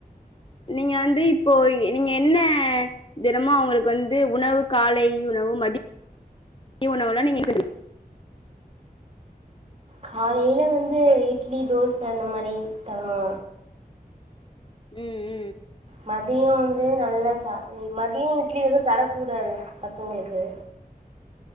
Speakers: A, on the left (about 35°); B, on the right (about 40°).
A: நீங்க வந்து இப்போ நீங்க என்ன தினமோ உங்களுக்கு வந்து உணவு காளை உணவு மதி ய உணவுலா நீங்க <unintelligible>
B: காலேல வந்து இட்லி தோச அந்த மாரி தரணு
A: உ உ
B: மதியோ வந்து நல்லா சா மதியோ இட்லி வந்து தரக்கூடாது பசங்களுக்கு